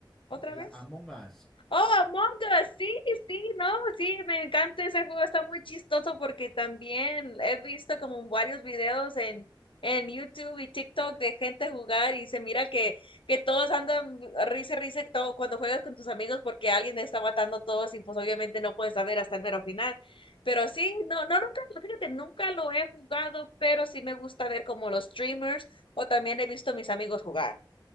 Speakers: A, on the left; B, in the centre.
A: ¿Otra
B: El
A: vez?
B: Among Us.
A: Oh, Among Us, sí, sí, no, sí, me encanta ese juego, está muy chistoso porque también he visto como varios videos en, en YouTube y TikTok de gente jugar y se mira que, que todos andan risa, risa todo, cuando juegas con tus amigos porque alguien está matando a todos y pues obviamente no puedes saber hasta el mero final. Pero sí, no, no, nunca, fíjate, nunca lo he jugado, pero sí me gusta ver como los streamers o también he visto a mis amigos jugar.